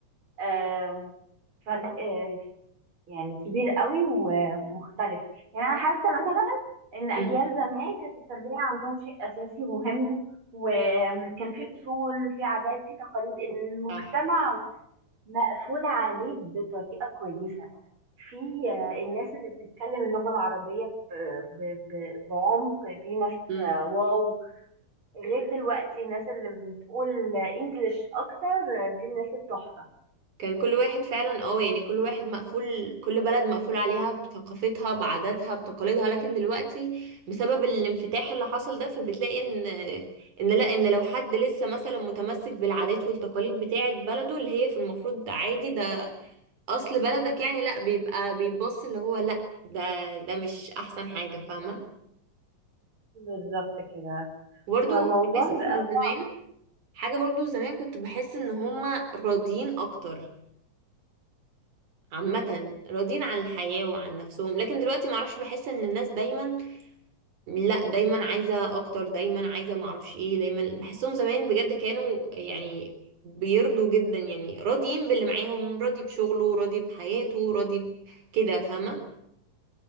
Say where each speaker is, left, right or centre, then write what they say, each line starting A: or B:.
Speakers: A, on the right; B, on the right.
A: أم، فرق آه، يعني كبير قوي ومختلف يعني انا حاسه مثلا ان اجيال
B: امم
A: زمان كانت التربيه عندهم شيء اساسي ومهم وكان في اصول في عادات في تقاليد المجتمع
B: صح
A: مقفول عليه بطريقه كويسه في آه، الناس اللي بتتكلم اللغه العربيه ب- ب- ب- بعمق في ناس
B: امم
A: آه، واو غير دلوقتي الناس اللي بتقول انجليش اكتر آه، دي الناس التحفه
B: كان كل واحد فعلا اه يعني كل واحد مقفول كل بلد مقفول عليها بثقافتها بعاداتها بتقاليدها لكن دلوقتي بسبب الانفتاح اللي حصل ده فبتلاقي ان ان لا ان لو حد لسه مثلا متمسك بالعادات والتقاليد بتاعة بلده اللي هي في المفروض عادي ده اصل بلدك يعني لا بيبقى بيبص اللي هو لا ده ده مش احسن حاجة فاهمة
A: بالظبط كده
B: برضو
A: فالموضوع
B: بحس
A: بيبقى
B: ان زمان حاجة برضو زمان كنت بحس ان هما راضيين اكتر عامة راضيين عن الحياة وعن نفسهم لكن دلوقتي معرفش بحس ان الناس دايما لا دايما عايزة اكتر دايما عايزة معرفش ايه دايما بحسهم زمان بجد كانوا يعني بيرضوا جدا يعني راضيين باللي معاهم راضي بشغله راضي بحياته راضي ب- كده فاهمة